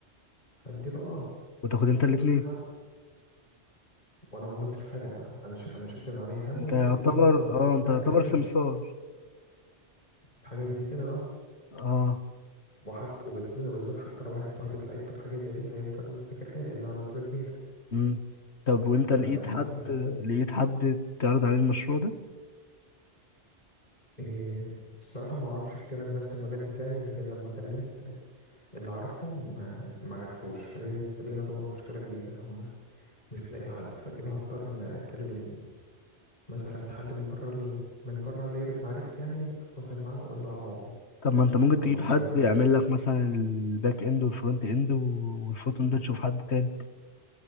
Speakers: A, on the left; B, on the left.
A: هديله أه
B: وتاخد انت الاثنين
A: حق وانا ما عملتش حاجه انا انا ش- انا شلت من عليا هم
B: انت
A: وكسبت
B: يعتبر
A: من الموضوع طلع-
B: اه انت
A: طلعت
B: يعتبر
A: كسبان
B: سمسار
A: في حاجه زي كده اه
B: اه
A: وحتى وبالذات وبالذات حتى لو واحد صاحبي ساعدته في حاجه زي دي هيفضل فاكرها لي اللي انا عملته له جميل
B: امم طب وانت لقيت
A: فيعتبر
B: حد
A: ساعة
B: لقيت حد تعرض عليه المشروع ده
A: إيه الصراحه ما اعرفش كتير من نفس المجال بتاعي لكن لما كلمت اللي اعرفهم ما, ما عرفوش فدي فدي تعتبر مشكله جديده اللي هم مش لاقي حد فكده هضطر ان اكلم مثلا حد من بره ال... من بره دايره معرفتي يعني اتواصل معاه واقول له على الموضوع
B: طب ما انت ممكن
A: على
B: تجيب
A: المشروع
B: حد
A: يعني وكده
B: يعمل لك مثلا الباك اند والفرونت اند والفوتون ده تشوف حد تاني